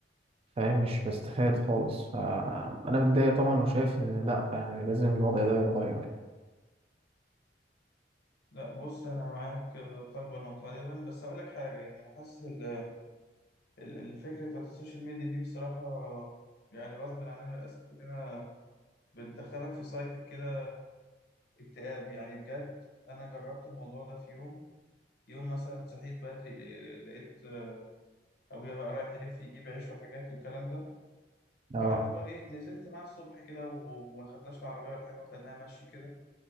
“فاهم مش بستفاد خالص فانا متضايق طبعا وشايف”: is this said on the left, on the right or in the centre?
Right